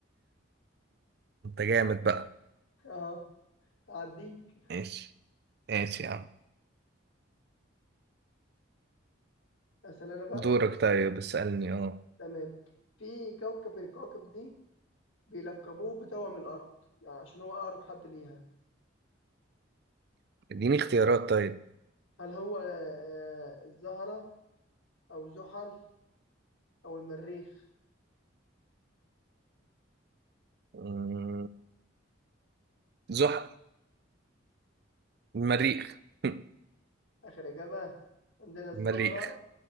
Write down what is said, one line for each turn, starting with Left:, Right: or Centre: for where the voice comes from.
Right: أنت جامد بقى
Left: اه هعديك
Right: ماشي ماشي يا عم
Left: اسال انا بقى
Right: دورك طيب اسألني أه
Left: تمام في كوكب من الكواكب دي بيلقبوه بتوأم الأرض يعني عشان هو أقرب حد ليها
Right: إديني اختيارات طيب
Left: هل هو آه، آه، الزهرة أو زحل أو المريخ
Right: مم، زحل المريخ <laughs>
Left: آخر إجابة عندنا الزهرة
Right: المريخ